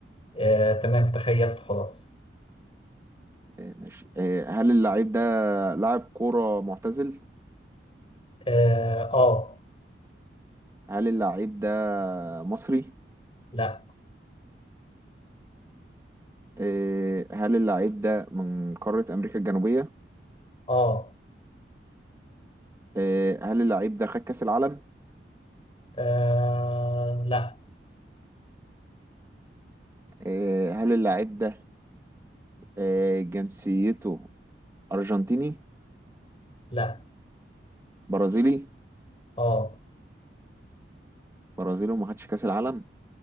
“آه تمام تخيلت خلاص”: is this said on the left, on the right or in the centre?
Left